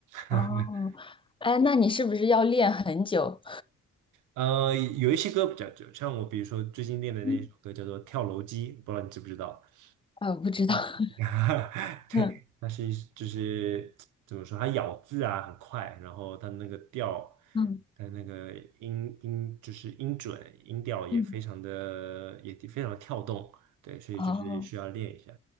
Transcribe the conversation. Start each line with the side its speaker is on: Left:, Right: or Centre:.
Right: <laughs>
Left: 哦，哎，那你是不是要练很久？
Right: 呃，有一些歌比较久，像我比如说最近练的那一首歌叫做《跳楼机》，
Left: 嗯，
Right: 不知道你知不知道？
Left: 呃，不知道。
Right: 啊
Left: <laughs>
Right: <laughs>，对，
Left: 嗯。
Right: 它是一就是怎么说，它咬字啊很快，然后它那个调，
Left: 嗯
Right: 它那个音音就是音准音调也非常的也非常的跳动，
Left: 嗯，
Right: 对，所以就是需要练一下。
Left: 哦，